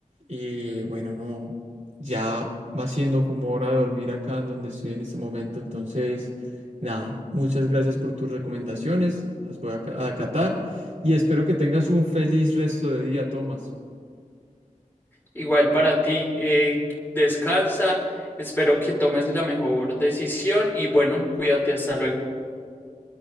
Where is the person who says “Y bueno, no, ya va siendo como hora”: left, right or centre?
Right